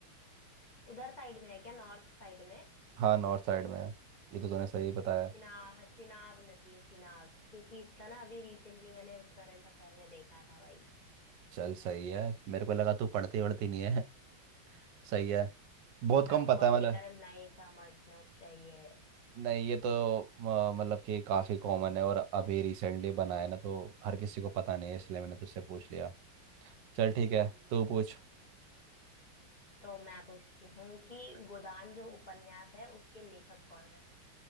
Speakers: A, on the left; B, on the right.
A: उधर साइड में है क्या नॉर्थ साइड में
B: हाँ नॉर्थ साइड में है। ये तो तूने सही बताया
A: चिनाब चिनाब नदी है चिनाब क्योंकि इसका ना अभी रिसेंटली मैंने करंट अफेयर में देखा था भाई
B: चल सही है मेरे को लगा तू पढ़ती वढ़ती नहीं है <laughs> सही है बहुत कम
A: सबको
B: पता
A: अपनी
B: है मतलब
A: तरह नहीं समझना चाहिए
B: नहीं ये तो अ, मतलब कि काफ़ी कॉमन है और अभी रिसेंटली बनाया है ना तो हर किसी को पता नहीं है इसलिए मैंने तुझसे पूछ लिया चल ठीक
A: हम्म,
B: है तू पूछ
A: तो मैं पूछती हूँ कि गोदान जो उपन्यास है उसके लेखक कौन है